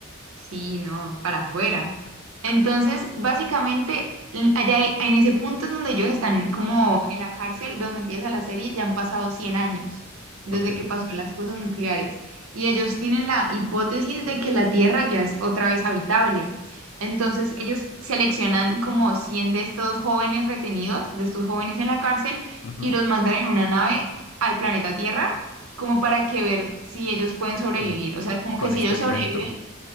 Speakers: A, on the right; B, on the left.
A: Sí, no, para afuera. Entonces, básicamente, l- allá e- en ese punto en donde ellos están como en la cárcel, donde empieza la serie, ya han pasado 100 años desde
B: Ok,
A: que pasó las cosas nucleares. Y ellos tienen la hipótesis de que la Tierra ya es otra vez habitable. Entonces, ellos seleccionan como 100 de estos jóvenes retenidos, de estos jóvenes en la cárcel,
B: ujú,
A: y los mandan en una nave al planeta Tierra como para que ver si ellos pueden sobrevivir.
B: Como
A: O sea, como
B: con
A: que si
B: experimento,
A: ellos sobreviven
B: o